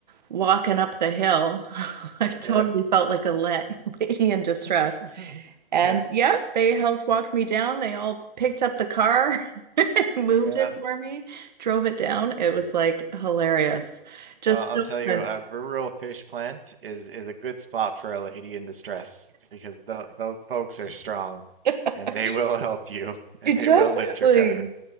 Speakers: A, on the right (about 50°); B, on the right (about 70°).
A: walking up the hill. <laughs> I totally
B: yeah,
A: felt like a la <laughs> lady in distress.
B: <laughs>
A: And
B: yeah,
A: yep, they helped walk me down. They all picked up the car, <laughs> moved
B: yeah.
A: it for me, drove it down. It was like hilarious. Just
B: Well, I'll
A: so
B: tell
A: friendly.
B: you, a rural fish plant is is a good spot for a lady in distress because th those folks are strong,
A: <laughs>
B: and they will help you, <laughs> and
A: It
B: they
A: Definitely.
B: will lift your car.